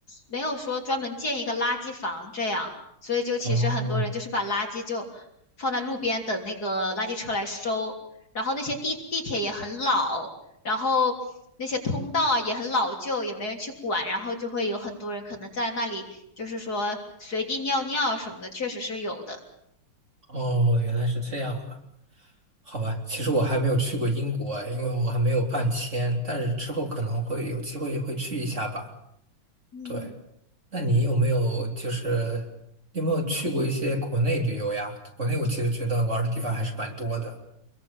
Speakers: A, on the left; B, on the right.
A: 没有说专门建一个垃圾房这样。所以就其实很多人就是把垃圾就
B: 哦
A: 放在路边等那个垃圾车来收，然后那些地地铁也很老，然后那些通道啊也很老旧，也没人去管，然后就会有很多人可能在那里就是说随地尿尿什么的，确实是有的。
B: 哦，原来是这样啊，好吧，其实我还没有去过英国哎，因为我还没有办签，但是之后可能会有机会会去一下吧。
A: 嗯。
B: 对。那你有没有就是有没有去过一些国内旅游呀？国内我其实觉得玩儿的地方还是蛮多的。